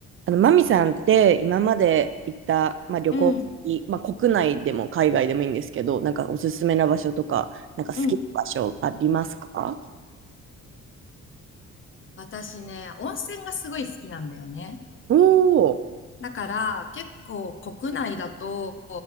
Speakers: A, on the right; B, on the left.
A: あの、マミさんって今まで行った、まあ、旅行先、
B: うん、
A: まあ、国内でも海外でもいいんですけど、なんかおすすめな場所とか、なんか好きな場所ありますか
B: うん、私ね、温泉がすごい好きなんだよね。
A: おおー。
B: だから、結構国内だと、